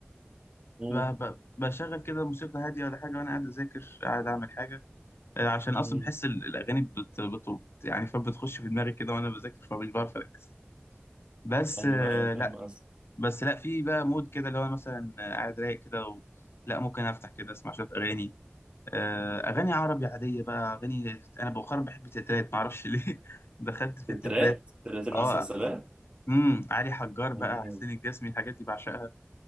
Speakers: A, on the right; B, on the left.
A: مم،
B: ب- ب- بشغل كده موسيقى هاديه ولا حاجه وانا قاعد اذاكر قاعد اعمل حاجه آه، عشان
A: مم.
B: اصلا بحس ال- الاغاني بت... بت... بت... يعني فبتخش في دماغي كده وانا بذاكر فمش بعرف اركز بس
A: ايوه
B: آه،
A: ايوه فاهم
B: لا
A: قصدي
B: بس لا في بقى مود كده اللي هو مثلا آه، قاعد رايق كده و... لا ممكن افتح كده اسمع شويه اغاني آه، اغاني عربي عاديه بقى اغاني انا بؤخرا بحب التترات معرفش ليه <laughs> دخلت في
A: الترات
B: التترات
A: ترات المسلسلات
B: اه امم علي حجار
A: مم،
B: بقى حسين الجسمي الحاجات دي بعشقها